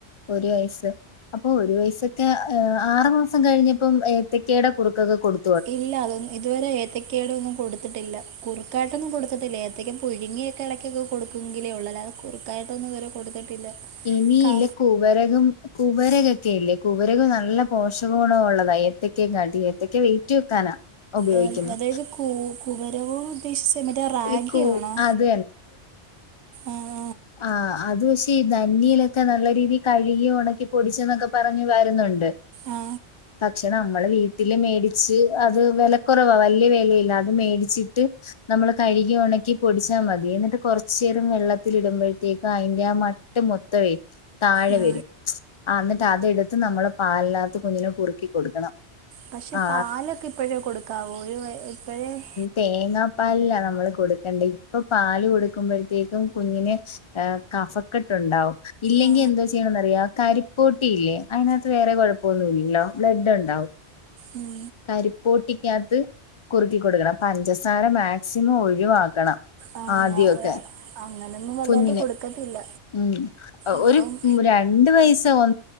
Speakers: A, on the left; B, on the right.
A: ഒരു വയസ്സ് അപ്പൊ ഒരു വയസൊക്കെ ഏഹ് ആറ് മാസം കഴിഞ്ഞപ്പം ഏത്തെക്കെടെ കുറുക്കൊക്കെ കൊടു
B: ഇല്ല അതൊന്നും ഇതുവരെ ഏത്തക്കേടെ ഒന്നും കൊടുത്തിട്ടില്ല. കുറുക്കായിട്ടൊന്നും കൊടുത്തിട്ടില്ല ഏത്തക്ക പുഴുങ്ങിയ- ഇടക്കൊക്കെ കൊടുക്കുവെങ്കിലെ ഉള്ളൂ അല്ലാതെ കുറുക്കായിട്ടൊന്നും ഇതുവരെ കൊടുത്തിട്ടില്ല.
A: ഇനി
B: ക
A: ഇല്ലെ കുവരകം കുവരകൊക്കെയില്ലേ കുവരകം ന നല്ല പോഷക ഗുണം ഉള്ളതാ ഏത്തക്കേക്കാട്ടി ഏത്തക്ക വെയിറ്റ് വെക്കാനാ. ഉപയോഗിക്കുന്നത്
B: ഏഹ് അതായത് കൂ കുവരകോം - നീ ഉദേശിച്ചേ മറ്റേ റാഗിയാണോ
A: ഈ കൂ അത്
B: ആഹ്
A: ആഹ് അത് പക്ഷെ ഈ ധന്യയിലൊക്കെ നല്ല രീതി കഴുകി ഒണക്കി പൊടിച്ച്ന്നൊക്കെ പറഞ്ഞ് വരുന്നുണ്ട്.
B: ആ
A: പക്ഷ് നമ്മള് വീട്ടില് മേടിച്ച് അത് വെല കൊറവാ വല്ലിയ വെലയില്ല അത് മേടിച്ചിട്ട്- നമ്മള് കഴുകി ഒണക്കി പൊടിച്ചാമതി എന്നിട്ട് കൊറച്ചേരം വെള്ള ഇതിൽ ഇടുമ്പോഴത്തേക്ക് അയ്ന്റെ ആ മട്ട് മൊത്തവെ താഴെ
B: ആ
A: വരും ആഹ് ന് അതെടുത്ത് നമ്മള് പാലിനകത്ത് കുഞ്ഞിന് കുറുക്കി കൊടുക്കണം.
B: പക്ഷെ
A: ആ
B: പാലൊക്കെ ഇപ്പോഴേ കൊടുക്കാവോ ഒരു വയ് ഇപ്പഴേ-
A: തേങ്ങാ പാലിലാ നമ്മള് കൊടുക്കേണ്ടെ. ഇപ്പ പാല് കൊടുക്കുമ്പഴ്ത്തേക്കും, കുഞ്ഞിന് കഫക്കെട്ട് ഉണ്ടാവും. ഇല്ലെങ്കിൽ
B: ആ
A: എന്തോ ചെയ്യണന്ന്റിയോ? കരിപ്പോട്ടിയില്ലെ. അതിനകത്ത് വേറെ കൊഴപ്പൊന്നുല്ലല്ലോ. ബ്ലഡ് ഉണ്ടാവും.
B: ഉം
A: കരിപ്പോട്ടിക്കകത്ത് കുറുക്കി കൊടുക്കണം. പഞ്ചസാര മാക്സിമം ഒഴിവാക്കണം.
B: ആഹ്.
A: ആദ്യമൊക്കെ
B: ഞാ അങ്ങനൊന്നും വല്ലാടെ
A: കുഞ്ഞിന്
B: കൊടുക്കത്തില്ല.
A: ഉം
B: അപ്പം
A: ഒരു മു രണ്ട് വയസ്സ് -- ഒ